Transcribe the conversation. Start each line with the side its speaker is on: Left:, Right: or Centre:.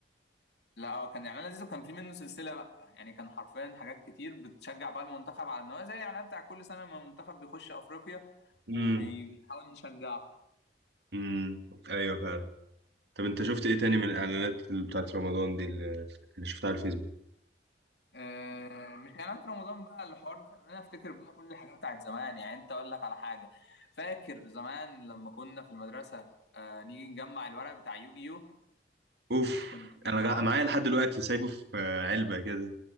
Left: لا هو كان اعلان لذيذ وكان في منه سلسله بقى يعني كان حرفيا حاجات كتير بتشجع بقى المنتخب على ان هو زي الاعلان بتاع كل سنه لما المنتخب بيخش افريقيا
Right: امم
Left: وبنحاول نشجعه
Right: امم ايوه فعلا طب انت شفت ايه تاني من الاعلانات اللي بتاعت رمضان دي اللي اللي شفتها على الفيسبوك
Left: آه، مش اعلانات رمضان بقى الحوار ده خلاني افتكر بقى كل الحاجات بتاعت زمان يعني انت اقول لك على حاجه فاكر زمان لما كنا في المدرسه آه، نيجي نجمع الورق بتاع يوجيو
Right: اوف
Left: كنا بنجمعه
Right: انا غ- معايا لحد دلوقتي سايبه في آه، علبه كده